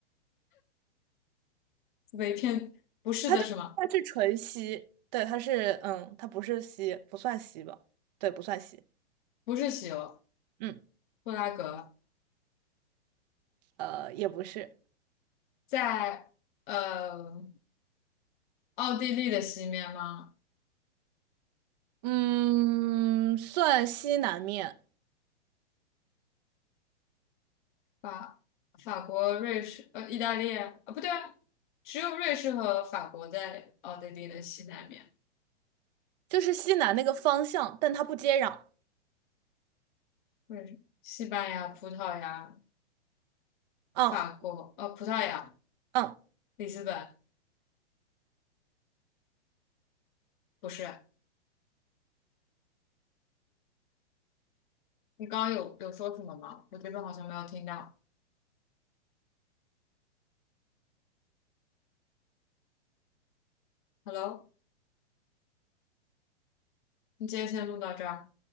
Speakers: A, on the left; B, on the right.
A: 被骗不是的是吗？
B: 它就它是纯稀，对，它是，嗯，它不是稀，不算稀吧？对，不算稀，
A: 不是西欧，
B: 嗯，
A: 布拉格
B: 呃，也不是。
A: 在呃奥地利的西面吗？
B: 嗯，算西南面，
A: 法法国、瑞士呃意大利啊，不对啊，只有瑞士和法国在奥地利的西南面。
B: 就是西南那个方向，但它不接壤。
A: 或者是西班牙、葡萄牙、
B: 嗯
A: 法国，呃，葡萄牙、
B: 嗯。
A: 里斯本，不是，你刚刚有有说什么吗？我这边好像没有听到。Hello，你今天先录到这儿。